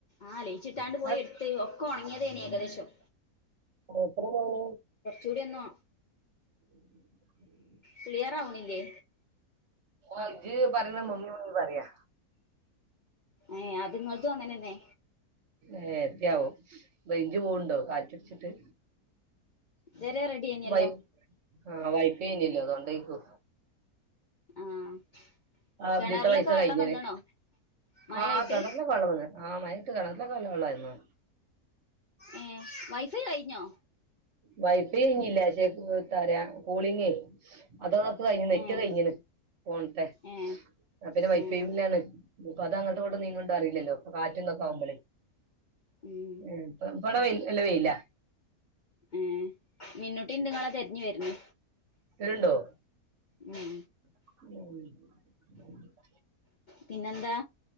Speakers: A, on the left (about 65°); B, on the right (about 55°).
A: ആഹ് ലയിച്ചിട്ടാണ്ട് പോയി
B: ആ
A: എടുത്ത് ഒക്കെ ഉണങ്ങിയതേനി ഏകദേശം
B: എത്ര മണി
A: കൂടെന്നോ
B: ഉ <unintelligible>
A: ക്ളിയർ ആാവണില്ലേ
B: അജ <unintelligible> തന്നെ മുങ്ങി മുങ്ങി പറയാ
A: ഏഹ് അത് ഇങ്ങൾതും അങ്ങനെന്നെ
B: ഏ എത്തിയാവും റേഞ്ച് പോവ്ണ്ടോ കാറ്റടിച്ചിട്ട്
A: ഇതുവരെ റെഡിയേനല്ലോ
B: വൈ ആഹ വൈ്പന്നല്ലോ അതോണ്ടേക്കൂ
A: ആഹ്
B: ആ അതിത്തെ
A: കിണറിലൊക്കെ
B: പൈസ
A: വെള്ളം
B: കഴിഞ്ഞ്
A: വന്നണോ
B: ണ്
A: മഴയായിട്ട്
B: ആഹ കേണറിലൊക്കെ മയട്ട് കിണറില കൊള്ളവെള്ളായിരുന്നു
A: ഏ വൈഫൈ കഴിഞ്ഞോ
B: വൈഫൈ ഇഞ്ഞ് ഇല്ല ശേ ത്തറിയ കൂളിങേ അതോ തൊക്ക കഴിഞ്ഞു നെറ്റ്
A: ഏഹ്
B: കഴിഞ്ഞുണ് ഫോണത്തെ
A: ഏഹ്
B: ആ പിന്നെ വൈഫൈ
A: ഏഹ്
B: മ ല്ലാണ് <unintelligible> ട് നീങ്ങ് ണ്ടോ അറില്ലല്ലോ പ്പം കാറ്റും തെക്കെ ആവു മ്പോളേ
A: ഉം
B: ഉ ഇപ്പട വെ ടെ അല്ല നല്ല വെയില
A: ഏ മിന്നോട്ടിണ്ട്ങ്ങളാ തെരഞ്ഞ് വരഞ്ഞ്
B: വര്ണ്ടോ
A: ഉം
B: ഉം
A: പിന്നെെന്താ